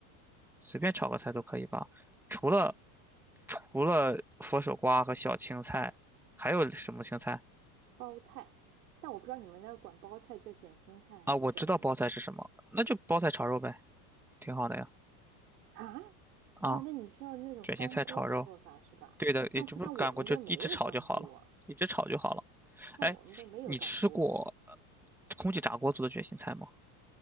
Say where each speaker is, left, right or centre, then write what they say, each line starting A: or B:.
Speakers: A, in the centre; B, on the right.
A: 随便炒个菜都可以吧。除了除了佛手瓜和小青菜，还有什么青菜
B: 包菜，但我不知道你们那儿管包菜叫卷心菜还是叫什么
A: 啊？我知道包菜是什么，那就包菜炒肉呗，挺好的呀。
B: 啊？
A: 啊，
B: 哦，那你是要那种干锅的做法是吧？
A: 卷心菜炒肉。对的，也就不是干锅，
B: 但但我们这儿没有干锅啊，
A: 就一直炒就好了，一直炒就好了。
B: 但我们这儿没有干锅，
A: 哎，你吃过呃空气炸锅做的卷心菜吗？